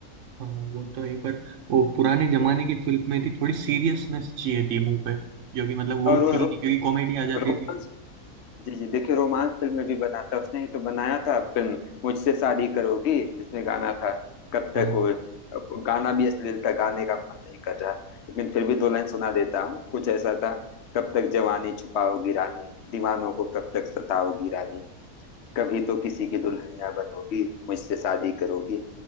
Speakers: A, on the right; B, on the left.
A: हाँ वो तो है पर वो पुराने जमाने की फिल्म में थी थोड़ी सीरियसनेस चाहिए थी मुंह पे जो कि मतलब वो
B: और वो
A: थी
B: रो,
A: नहीं क्योंकि कॉमेडी आ जाती
B: रोमांस
A: थी
B: जी जी देखिए रोमांस फिल्म भी बनाता है, उसने ही तो बनाया था फिल्म मुझसे शादी करोगी जिसमें गाना था कब
A: हाँ
B: तक वो अब गाना भी अश्लील था गाने का मन नहीं कर रहा लेकिन फिर भी दो लाइन सुना देता हूँ कुछ ऐसा था कब तक जवानी छुपाओगी रानी दीवानों को कब तक सताओगी रानी कभी तो किसी की दुल्हनिया बनोगी मुझसे शादी करोगी